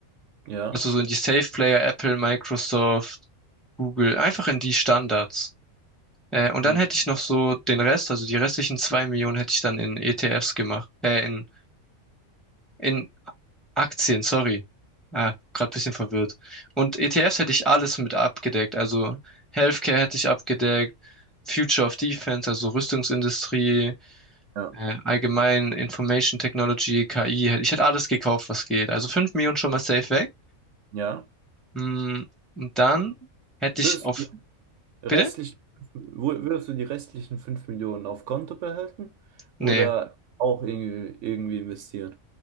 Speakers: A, on the right; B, in the centre.
A: Ja.
B: Also so in die Safe Player, Apple, Microsoft, Google, einfach in die Standards. Äh, und dann
A: Mhm.
B: hätte ich noch so den Rest, also die restlichen 2 Millionen hätte ich dann in ETFs gemacht, äh, in, in Aktien, sorry. Ah, gerade ein bisschen verwirrt. Und ETFs hätte ich alles mit abgedeckt. Also Healthcare hätte ich abgedeckt, Future of Defense, also Rüstungsindustrie,
A: Ja.
B: äh, allgemein Information Technology, KI. hätt- Ich hätte alles gekauft, was geht. Also 5 Millionen schon mal safe weg.
A: Ja.
B: Mm, Und dann hätte ich
A: Würdest
B: auf...
A: du die restlichen,
B: Bitte?
A: wür- würdest du die restlichen 5 Millionen auf Konto behalten oder
B: Nee.
A: auch irgendwie, irgendwie investieren?